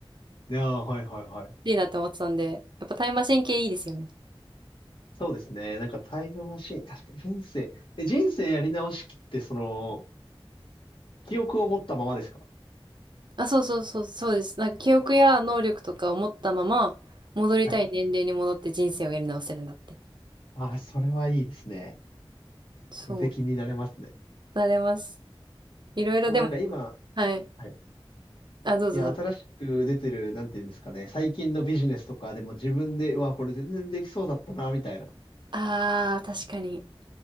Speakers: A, on the left; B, on the right.
A: いやー、はいはいはい。
B: いいなって思ってたんで、やっぱタイムマシン系いいですよね。
A: そうですね。なんかタイムマシン、確かに人生、え、人生やり直しって、その、記憶を持ったままですか
B: あ、そうそうそう、そうです。なんか記憶や能力とかを持ったまま、
A: あ
B: 戻りたい年齢に戻って人生をやり直せるんだって。
A: ーはい。ああ、それはいいですね。
B: そう、
A: 無敵になれますね。
B: なれます。いろいろでも、
A: でもなんか今、
B: はい。
A: はい。
B: あ、どうぞどうぞ。
A: いや、新しく出てる、なんていうんですかね。最近のビジネスとかでも自分で、うわ、これ全然できそうだったな、みたいな
B: ああ確かに。